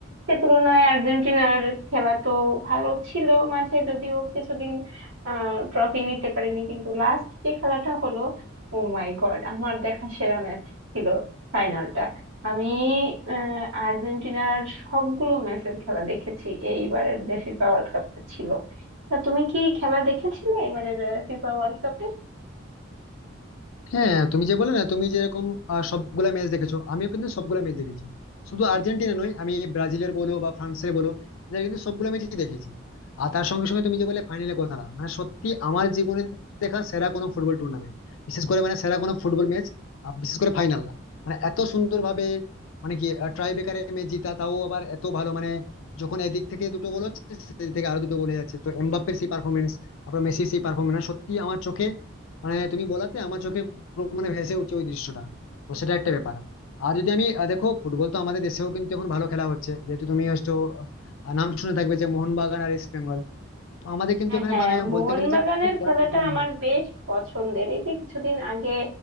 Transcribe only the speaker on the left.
হ্যাঁ তুমি যে বলে না তুমি যেরকম আহ, সবগুলা ম্যাচ দেখেছো আমিও কিন্তু সবগুলা ম্যাচ দেখেছি শুধু আর্জেন্টিনা নয় আমি ব্রাজিলের বলো বা ফ্রান্সের বলো এদের কিন্তু সবগুলা ম্যাচই দেখেছি আর তার সঙ্গে সঙ্গে তুমি যে বলে ফাইনালের কথাটা মানে সত্যি আমার জীবনে দেখা সেরা কোনো ফুটবল টুর্নামেন্ট বিশেষ করে মানে সেরা কোনো ফুটবল ম্যাচ বিশেষ করে ফাইনাল মানে এত সুন্দর ভাবে মানে কি ট্রাই বেকারে ম্যাচ জিতা তাও আবার এত ভালো মানে যখন এদিক থেকে দুটো গোল হচ্ছে সেদিক থেকে আরো দুটো গোল হয়ে যাচ্ছে তো এমবাপ্পের সেই পারফরমেন্স তারপর মেসির সেই পারফরমেন্স সত্যি আমার চোখে মানে তুমি বলাতে আমার চোখে পুরো মানে ভেসে উঠছে ওই দৃশ্যটা তো সেটা একটা ব্যাপার আর যদি আমি আহ, দেখো ফুটবল তো আমাদের দেশেও কিন্তু এখন ভালো খেলা হচ্ছে যেহেতু তুমি হয়তো আহ, নাম শুনে থাকবে যে মোহনবাগান আর ইস্ট বেঙ্গল তো আমাদের কিন্তু
এখানে
মানে
বলতে গেলে যে খুব কড়া
প্রতিদ্বন্দ্বিতা।